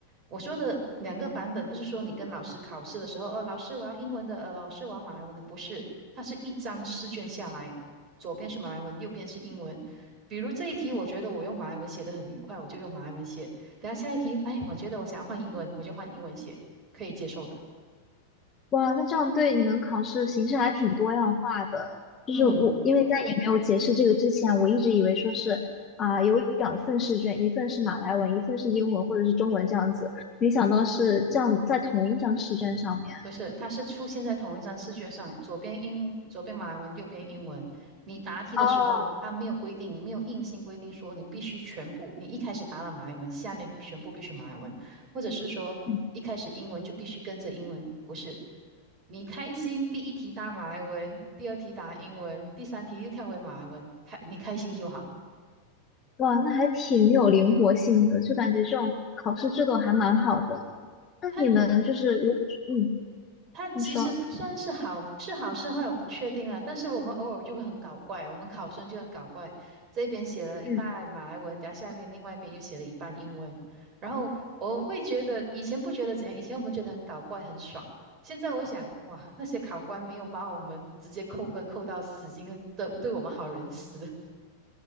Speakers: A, on the right; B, on the left.
A: 我说的两个版本，不是说你跟老师考试的时候，呃，老师我要英文的，呃，老师我要马来文的，不是，它是一张试卷下来。左边是马来文，右边是英文，比如这一题，我觉得我用马来文写的很愉快，我就用马来文写。等下下一题，哎，我觉得我想要换英文，我就换英文写，可以接受的。
B: 哇，那这样对你们考试形式还挺多样化的。
A: 嗯。
B: 就是我，因为在你没有解释这个之前，我一直以为说是啊、有两份试卷，一份是马来文，一份是英文或者是中文这样子，没想到是这样在同一张试卷上面。
A: 不是，它是出现在同一张试卷上，左边英，左边马来文，右边英文。你答题的时候，
B: 哦，
A: 它没有规定，没有硬性规定说你必须全部，你一开始答了马来文，下面全部必须马来文，或者是说一开始英文就必须跟着英文，
B: 嗯
A: 不是。你开心，第一题答马来文，第二题答英文，第三题又跳回马来文，开你开心就好。
B: 哇，那还挺有灵活性的，就感觉这种考试制度还蛮好的。那你你们就是，
A: 它
B: 如嗯，嗯。
A: 它其实不算是好，
B: 你说
A: 是好是坏我不确定啊。但是我们偶尔就会很搞怪，我们考生就很搞怪，这边写了一半马来文，
B: 嗯
A: 等下下面另外一边又写了一半英文。然后我会觉得以前不觉得怎样，以前我们觉得很搞怪很爽，现在我会想，哇，那些考官没有把我们直接扣分扣到死，已经对对我们好仁慈。